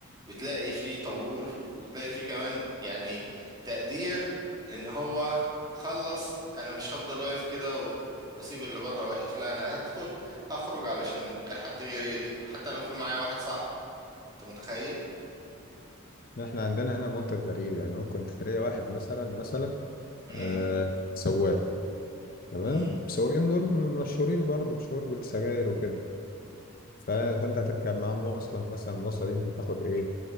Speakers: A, on the right; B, on the left.
A: بتلاقي فيه طابور وتلاقي فيه كمان يعني تقدير ان هو خلص انا مش هفضل واقف كده و- واسيب اللي بره واقف لا انا هدخل هخرج علشان حد غيري يدخل حتى لو في معايا واحد صاحبي انت متخيل
B: احنا عندنا هنا منطق غريب يعني ممكن تلاقي واحد مثلا مثلا
A: امم
B: آه سواق تمام
A: امم
B: السواقين دول مشهورين برضو بشرب السجاير وكده ف- فانت هتركب معاه مواصلة مثلا المواصلة دي مش هتاخد ايه